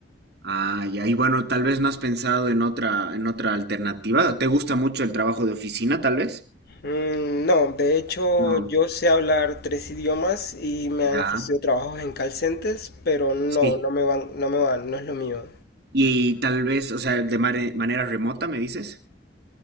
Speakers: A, on the right (about 60°); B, on the left (about 55°).
A: Ah, ya. Y bueno, tal vez no has pensado en otra, en otra alternativa. ¿Te gusta mucho el trabajo de oficina, tal vez?
B: Mm, no, de hecho
A: No.
B: yo sé hablar tres idiomas y me
A: Ya.
B: han ofrecido trabajos en call centers, pero no,
A: Sí.
B: no me van, no me van, no es lo mío.
A: Y tal vez, o sea, de mare- manera remota, me dices,